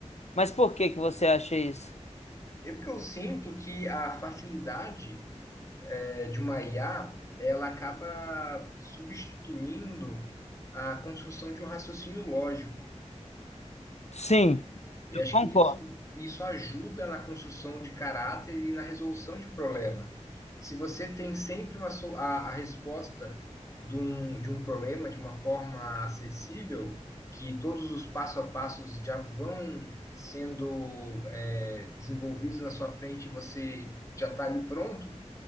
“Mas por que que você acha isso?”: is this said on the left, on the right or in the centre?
Left